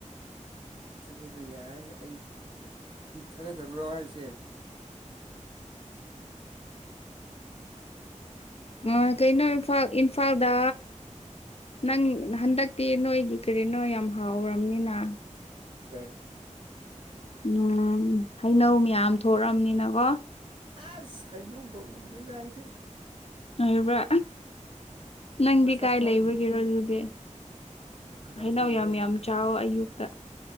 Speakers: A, on the right; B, on the left.
A: ꯊꯥꯖꯕ ꯌꯥꯏ ꯑꯩ ꯊꯥꯖꯗꯕ꯭ꯔꯣ ꯍꯥꯏꯁꯦ
B: ꯑꯣ ꯀꯩꯅꯣ ꯏꯝꯐꯥꯜ ꯏꯝꯐꯥꯜꯗ ꯅꯪ ꯍꯟꯗꯛꯇꯤ ꯅꯣꯏꯒꯤ ꯀꯔꯤꯅꯣ ꯌꯥꯝ ꯍꯥꯎꯔꯕꯔꯕꯅꯤꯅ
A: ꯑ
B: ꯎꯝ ꯍꯩꯅꯧ ꯃꯌꯥꯝ ꯊꯣꯛꯛꯑꯝꯅꯤꯅꯀꯣ
A: ꯑꯁ ꯍꯥꯏꯅꯎꯗꯣ ꯎꯗꯦ ꯇꯥꯏꯗ
B: ꯍꯥꯏꯕ꯭ꯔꯥ ꯅꯪꯗꯤ
A: ꯃꯁꯛ
B: ꯀꯥꯏ
A: ꯐꯥꯎ
B: ꯂꯩꯕꯒꯤꯔꯣ
A: ꯎꯗꯦ
B: ꯑꯗꯨꯗꯤ
A: ꯇꯝꯄꯥꯛꯇ
B: ꯍꯥꯏꯩꯅꯧ
A: ꯂꯩꯕꯩꯅꯦ
B: ꯌꯥꯝ ꯌꯥꯝ ꯆꯥꯎꯋ ꯑꯌꯨꯛꯇ